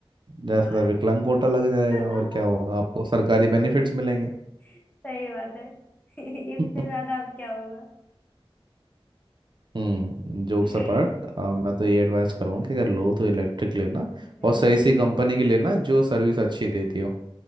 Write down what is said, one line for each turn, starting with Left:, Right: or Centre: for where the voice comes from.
Right: दस
Left: बाहर
Right: हजार विकलांग कोटा लग जाएगा
Left: <laughs>
Right: और क्या होगा आपको सरकारी बेनिफिट्स मिलेंगे
Left: सही बात है <laughs> इससे
Right: <laughs>
Left: ज्यादा अब क्या होगा
Right: हम्म
Left: <laughs>
Right: जोक्स
Left: <clears throat>
Right: अपार्ट मैं तो ये एडवाइस करूँगा कि अगर लो तो इलेक्ट्रिक लेना
Left: हम्म
Right: और सही सी कंपनी की लेना जो सर्विस अच्छी देती हो